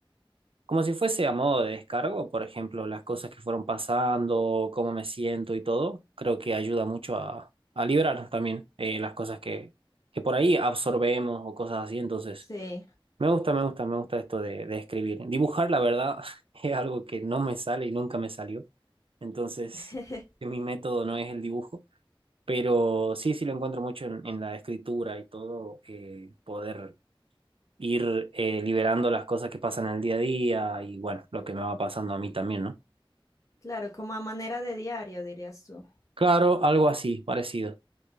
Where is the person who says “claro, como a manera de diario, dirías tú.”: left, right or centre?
Left